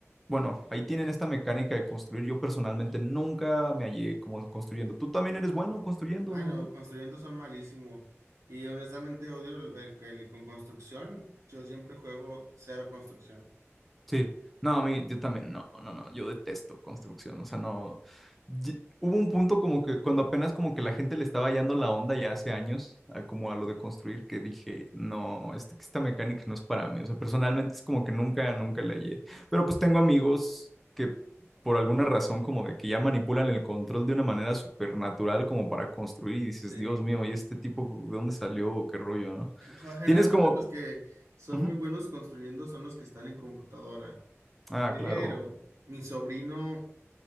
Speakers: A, in the centre; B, on the right.
A: bueno, ahí tienen esta mecánica de construir. Yo personalmente nunca me hallé como construyendo. Tú también eres bueno construyendo,
B: Ah, no, construyendo son malísimo. Y honestamente odio el, el- el con construcción. Yo siempre juego cero construcción.
A: Sí, no, a mí, yo también, no, no, no, yo detesto construcción, o sea, no, ye- hubo un punto como que cuando apenas como que la gente le estaba hallando la onda ya hace años, a- como a lo de construir, que dije, no, este, que esta mecánica no es para mí, o sea, personalmente es como que nunca, nunca la hallé, pero pues tengo amigos que por alguna razón como de que ya manipulan el control de una manera supernatural como para construir y dices,
B: Sí.
A: Dios mío, ¿y este tipo de dónde salió? ¿Qué rollo, no?
B: Jo- Generalmente
A: Tienes como...
B: los que son
A: Ujú.
B: muy buenos construyendo son los que están en computadora,
A: Ah,
B: pero
A: claro.
B: mi sobrino